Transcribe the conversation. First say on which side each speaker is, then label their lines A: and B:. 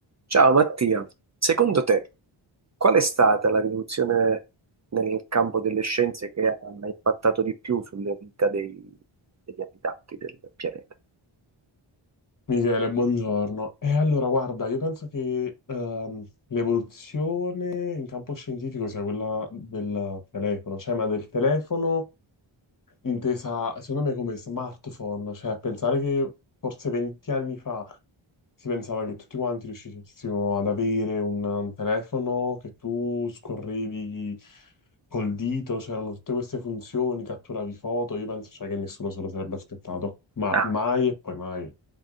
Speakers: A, on the right; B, on the left.
A: Ciao Mattia, secondo te qual è stata la rivoluzione nel campo delle scienze che ha impattato di più sulla vita dei- degli abitanti del pianeta?
B: Michele, buongiorno. E allora, guarda, io penso che ehm, l'evoluzione in campo scientifico sia quella del telefono, cioè, ma del telefono intesa, secondo me, come smartphone, cioè a pensare che forse 20 anni fa si pensava che tutti quanti riuscissimo ad avere un, un telefono che tu scorrevi col dito, c'erano tutte queste funzioni, catturavi foto, io penso, cioè, che nessuno se lo sarebbe aspettato, ma
A: Ah,
B: mai e poi mai.